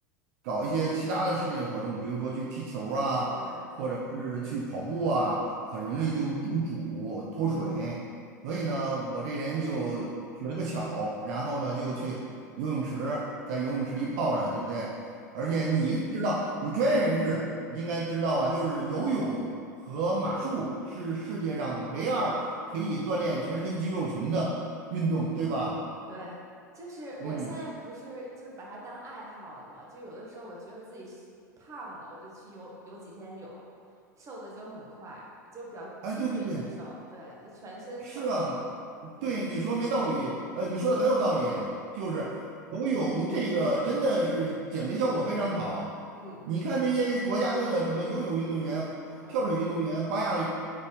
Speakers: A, on the right; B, on the right.
A: 搞一些其他的室内活动，比如说去踢球儿啊，
B: 对，
A: 或者是去跑步啊，很容易就中暑脱水。
B: 出汗。嗯，
A: 所以呢，我这人就取了个巧，
B: 还真是。
A: 然后呢就去游泳池，在游泳池里泡着，对不对？而且你应该知道，
B: 嗯。
A: 你专业人士应该知道啊，就是游泳和马术是世界上唯二可以锻炼全身肌肉群的运动，对吧？
B: 对，就是我现在不是就是把它当爱好了嘛，
A: 嗯，
B: 就有的时候我觉得自己是胖了，我就去游游几天泳，瘦的就很快，就比较均匀的瘦，
A: 哎，对对对，
B: 对，就全身瘦，
A: 是啊，
B: 嗯
A: 对你说没道理，呃，你说的很有道理，就是游泳这个真的是减肥效果非常好。
B: 嗯
A: 你看那些国家队的什么游泳运动员、
B: 嗯，
A: 跳水运动员、花样